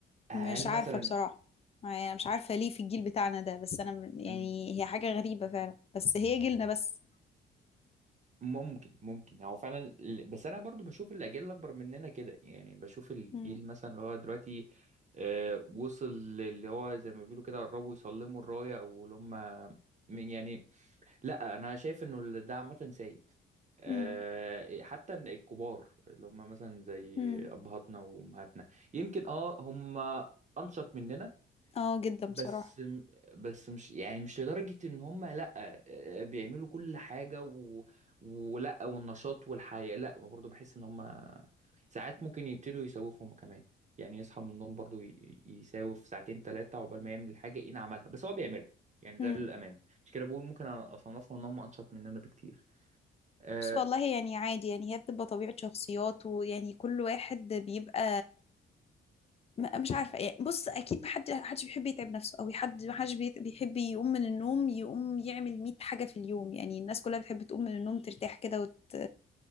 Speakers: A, on the left; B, on the right.
A: مش
B: هل
A: عارفة
B: مثلا
A: بصراحة يعني مش عارفة ليه في الجيل بتاعنا ده بس انا م- يعني
B: مم،
A: هي حاجة غريبة فعلا بس هي جيلنا بس
B: ممكن ممكن هو فعلا ال- بس انا برضو بشوف الاجيال الاكبر مننا كده يعني بشوف الجيل
A: مم.
B: مثلا اللي هو دلوقتي أه وصل اللي هو زي ما بيقولوا كده قربوا يسلموا الراية او اللي هم من- يعني لا انا شايف انه ال- ده عامه سيد أه
A: مم.
B: حتى إن الكبار اللي هم مثلا زي
A: مم.
B: ابهاتنا وامهاتنا يمكن اه هم انشط مننا
A: اه جدا بصراحة
B: بس بس مش يعني مش لدرجة ان هم لا آه، بيعملوا كل حاجة و... ولا والنشاط والحياة لا برضه بحس ان هم ساعات ممكن يبتدوا يسوفوا هم كمان يعني يصحى من النوم برضه ي... يساوف ساعتين ثلاثة عقبال ما يعمل الحاجة ايه عملها بس هو بيعملها يعني
A: مم.
B: ده للأمانة عشان كده بقول ممكن اصنفهم ان هم انشط مننا بكتير أه...
A: بس والله يعني عادي يعني هي بتبقى طبيعة شخصيات ويعني كل واحد بيبقى م- مش عارفة يعني بص أكيد محد محدش بيحب يتعب نفسه أو حد محدش بيت- بيحب يقوم من النوم يقوم يعمل 100 حاجة في اليوم يعني الناس كلها بتحب تقوم من النوم ترتاح كده وت...